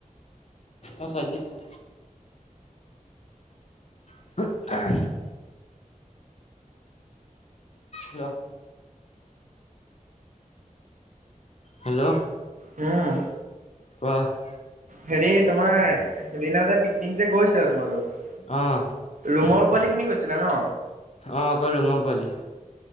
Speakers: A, on the left (about 50°); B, on the right (about 65°).
A: অ <unintelligible> <unintelligible> ন হেল্ল'
B: উম।
A: কোৱাহ
B: হেৰি তোমাৰ সেইদিনা যে পিকনিক যে গৈছিল আৰু তোমালোক।
A: অ'
B: ৰুমৰ পোৱালিখিনি গৈছিলা ন।
A: অ' অকল ৰুমৰ পোৱালি।